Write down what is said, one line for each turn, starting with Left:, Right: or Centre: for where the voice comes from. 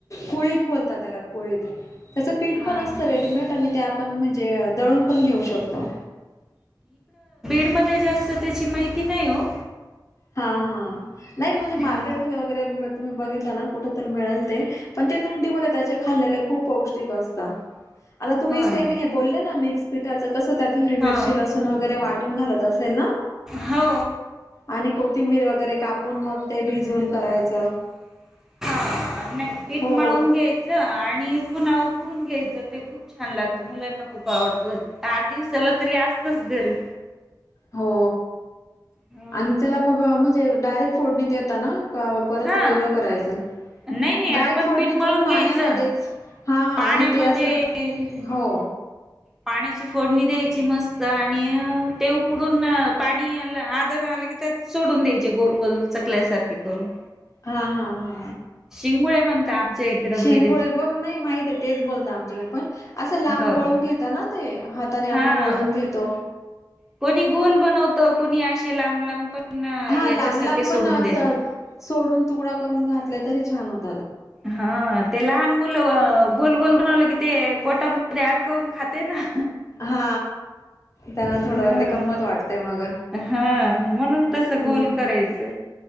Left: कळीत बोलतात त्याला कळीत
Centre: हा
Left: पण असत रेडीमेड आणि ते आपण म्हणजे दळून पण घेऊ शकतो
Centre: म जास्त त्याची माहिती नाही हो
Left: हा हा नाही म्हणजे मार्केटमध्ये
Centre: हम्म.
Left: वगैरे तुम्ही बघितला ना कुठ तर मिळेल ते पण ते थंडी म त्याचे खाल्लेले खूप पौष्टिक असत आता तुम्ही
Centre: होय.
Left: सेम हे बोलले ना मिक्स पीठाच कस त्यात हिरी मिरची
Centre: हा
Left: लसूण वगैरे वाटून घालत असेल ना
Centre: हो
Left: आणि कोथिंबीर वगैरे कापून मग ते भिजून करायचं
Centre: नाही पीठ
Left: हो,
Centre: मिळून घ्यायचं आणि पुन्हा ून घ्याय खूप छान ला मुलांना खप आव आठ दिव चल तरी असतच घरी
Left: हो
Centre: हा
Left: आणि त्याला मग म्हणजे डायरेक्ट फोडणी देता ना का परत
Centre: हा
Left: वेगळं करायचं
Centre: नाही नाही आपण
Left: डायरेक्ट फोडणी
Centre: पीठ
Left: देऊन
Centre: मळून
Left: पाण्यामध्येच
Centre: घ्यायचं.
Left: हा हा
Centre: पाण्यामध्ये
Left: आणि ते असं हो
Centre: पाण्याची फोडणी द्यायची मस्त आणि ते उकडून पाणी आधर घलं कि त्यात सोडून द्यायचे गोल गोल चकल्यासारखे करून
Left: हा हा हा
Centre: शिंगुळे म्हणता आमच्या इकडं
Left: शेंगुळ
Centre: बीड
Left: बघ नाही माहित आहे तेच बोलत आमच्याकडे पण असं लांब
Centre: हो
Left: वळून
Centre: का
Left: घेता ना ते हाताने आपण
Centre: हा
Left: वळून घेतो
Centre: कोणी गोल बनवत कोणी असे लांब लांब पण
Left: हा
Centre: याच्यासारखे
Left: लांब लांब
Centre: सोडून
Left: पण अस
Centre: देते
Left: सोडून तुकडा करून घातले तरी छान होत
Centre: हा ते लहान मुलं गोल गोल बनवलं की ते बोटामध्ये अडकवून खाते ना
Left: हा त्यांना थोडं
Centre: हा
Left: ते गंमत वाटते मग
Centre: हा म्हणून तसं
Left: हम्
Centre: गोल करायचं